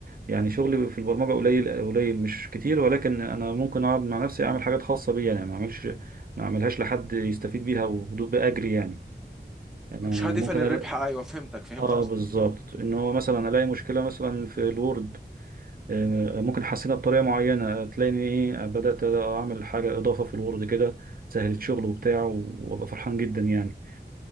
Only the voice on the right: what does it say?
يعني شغلي في البرمجة قليل قليل مش كتير ولكن انا ممكن اقعد مع نفسي اعمل حاجات خاصة بيا يعني ما اعملش ما اعملهاش لحد يستفيد بيها وبدون بأجري يعني انا ممكن
ألاقي
اه
بالظبط
ان هو مثلا الاقي مشكله مثلا في الوورد آه، ممكن احسنها بطريقه معينه تلاقيني ايه بدات اعمل حاجه اضافه في الوورد كده سهلت شغل وبتاع وابقى فرحان جدا يعني